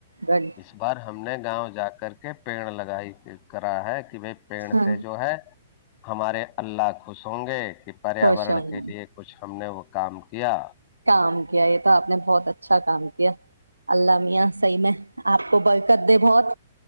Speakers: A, on the right; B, on the left.
A: گڈ
B: اس بار ہم نے گاؤں جا کر کے پیڑ لگائی کرا ہے وہ پیڑ
A: ہاں
B: سے جو ہے ہمارے اللہ خوش ہوں گے کہ پریاورن
A: خوش ہوں
B: کے
A: گی
B: لیے کچھ ہم نے وہ کام کیا
A: کام کیا یہ تو آپ نے بہت اچھا کام کیا اللہ میاں صحیح میں آپ کو برکت دے بہت